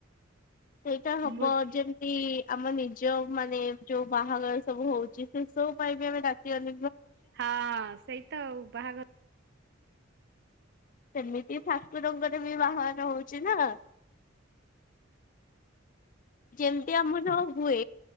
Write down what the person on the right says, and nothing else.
ଭୋ
ହଁ ସେଇତ ବାହାଘର